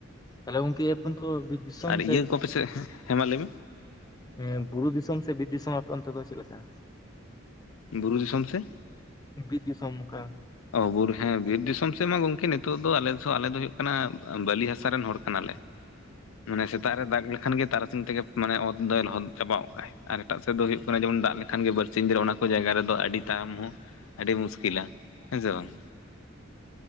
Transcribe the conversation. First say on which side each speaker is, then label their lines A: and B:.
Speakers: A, on the left; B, on the left.
A: ᱛᱟᱞᱦᱮ ᱜᱚᱢᱠᱮ ᱟᱵᱤᱱ ᱫᱚ ᱵᱤᱨ ᱫᱤᱥᱚᱢ
B: ᱟᱨ
A: <inaudible>
B: ᱤᱭᱟᱹ ᱠᱚᱯᱮ ᱥᱮᱫ ᱦᱮᱸ ᱢᱟ ᱞᱟᱹᱭ ᱢᱮ
A: ᱮᱸ ᱵᱩᱨᱩ ᱫᱤᱥᱚᱢ ᱥᱮ ᱵᱤᱨ ᱫᱤᱥᱚᱢ ᱟᱯᱮ ᱚᱱᱛᱮ ᱫᱚ ᱪᱮᱫᱞᱮᱠᱟ
B: ᱵᱩᱨᱩ ᱫᱤᱥᱚᱢ ᱥᱮ
A: ᱵᱤᱨ ᱫᱤᱥᱚᱢ ᱚᱝᱠᱟ
B: ᱚ ᱵᱩᱨ ᱦᱮᱸ ᱵᱤᱨ ᱫᱤᱥᱚᱢ ᱥᱮᱫ ᱢᱟ ᱜᱚᱝᱠᱮ ᱱᱤᱛᱚᱜ ᱫᱚ ᱟᱞᱮ ᱥᱚ ᱟᱞᱮ ᱫᱚ ᱦᱩᱭᱩᱜ ᱠᱟᱱᱟ ᱵᱟᱹᱞᱤ ᱦᱟᱥᱟ ᱨᱮᱱ ᱦᱚᱲ ᱠᱟᱱᱟᱞᱮ ᱢᱟᱱᱮ ᱥᱮᱛᱟᱜ ᱨᱮ ᱫᱟᱜ ᱞᱮᱠᱷᱟᱱ ᱜᱮ ᱛᱟᱨᱟᱥᱤᱧ ᱛᱮᱜᱮ ᱢᱟᱱᱮ ᱚᱛ ᱫᱚᱭ ᱞᱚᱦᱚᱫ ᱪᱟᱵᱟᱣ ᱜᱚᱜ ᱠᱟᱜ ᱟᱭ ᱟᱨ ᱮᱴᱟᱜ ᱥᱮᱫ ᱫᱚ ᱦᱩᱭᱩᱜᱜ ᱠᱟᱱᱟ ᱡᱮᱢᱚᱱ ᱫᱟᱜ ᱞᱮᱠᱷᱟᱱ ᱜᱮ ᱵᱟᱨᱥᱤᱧ ᱫᱤ ᱚᱱᱟ ᱠᱚ ᱡᱟᱭᱜᱟ ᱨᱮᱫᱚ ᱟᱹᱰᱤ ᱛᱟᱭᱚᱢ ᱦᱚᱸ ᱟᱹᱰᱤ ᱢᱩᱥᱠᱤᱞᱟ ᱦᱮᱸ ᱥᱮ ᱵᱟᱝ